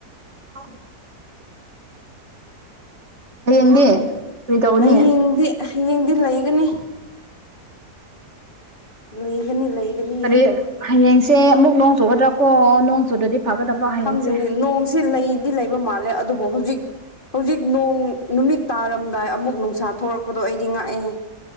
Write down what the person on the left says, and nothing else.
ꯍꯌꯦꯡꯗꯤ ꯍꯌꯦꯡꯗꯤ ꯂꯩꯒꯅꯤ ꯂꯩꯒꯅꯤ ꯂꯩꯒꯅꯤ
ꯈꯪꯗ꯭ꯔꯤꯅꯦ ꯅꯣꯡꯁꯤ ꯂꯩꯗꯤ ꯂꯩꯕ ꯃꯥꯜꯂꯦ ꯑꯗꯨꯕꯨ ꯍꯧꯖꯤꯛ ꯍꯧꯖꯤꯛ ꯅꯣꯡ ꯅꯨꯃꯤꯠ ꯇꯥꯔꯝꯗꯥꯏ ꯑꯃꯨꯛ ꯅꯨꯡꯁꯥ ꯊꯣꯛꯣꯔꯛꯄꯗꯣ ꯑꯩꯗꯤ ꯉꯥꯛꯑꯦꯍꯦ